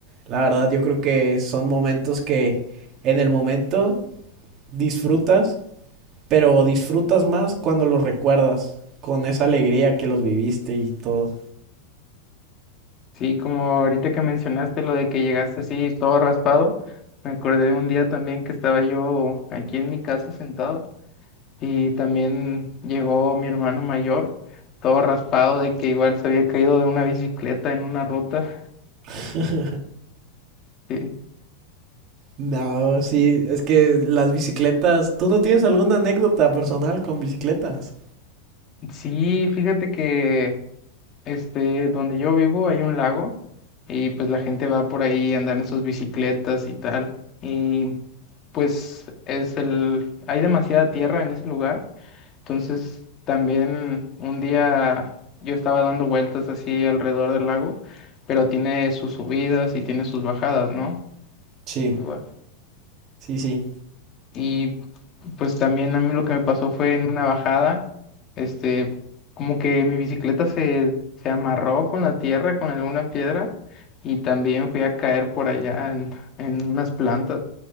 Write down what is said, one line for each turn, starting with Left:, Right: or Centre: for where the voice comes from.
Right: La verdad yo creo que son momentos que en el momento disfrutas, pero disfrutas más cuando los recuerdas con esa alegría que los viviste y todo.
Left: Sí, como ahorita que mencionaste lo de que llegaste así todo raspado, me acordé de un día también que estaba yo aquí en mi casa sentado y también llegó mi hermano mayor todo raspado de que igual se había caído de una bicicleta en una ruta.
Right: <laughs>
Left: <laughs> sí.
Right: No, sí, es que las bicicletas. ¿Tú no tienes alguna anécdota personal con bicicletas?
Left: Sí, fíjate que este donde yo vivo hay un lago y pues la gente va por ahí a andar en sus bicicletas y tal. Y pues es el hay demasiada tierra en ese lugar. Entonces, también un día yo estaba dando vueltas así alrededor del lago, pero tiene sus subidas y tiene sus bajadas, ¿no?
Right: Sí,
Left: Igual.
Right: sí, sí.
Left: Y pues también a mí lo que me pasó fue en una bajada, este, como que mi bicicleta se, se amarró con la tierra, con alguna piedra, y también fui a caer por allá en, en unas plantas.